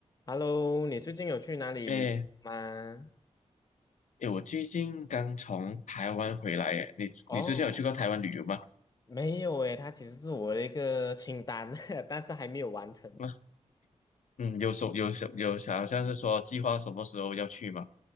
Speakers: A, on the left (about 30°); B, on the left (about 80°).
A: Hello，你最近有去哪里旅游吗？
B: 哎哎，我最近刚从台湾回来，哎，你你之前有去过台湾旅游吗？
A: 哦，没有诶，它其实是我的一个清单，<laughs> 但是还没有完成。
B: 啊嗯，有什有什有想好像是说计划什么时候要去吗？